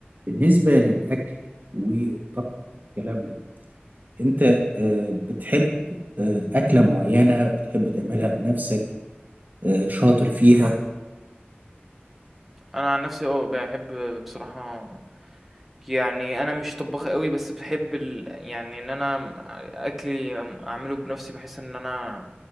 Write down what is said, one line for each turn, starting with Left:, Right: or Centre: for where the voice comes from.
Right: بالنسبة للأكل والطبخ والكلام ده أنت آه، بتحب آه، أكلة معينة بتحب تعملها بنفسك آه، شاطر فيها
Centre: انا عن نفسي اه بحب بصراحة يعني انا مش طباخ قوي بس بحب ال... يعني ان انا اكلي اعمله بنفسي بحس ان انا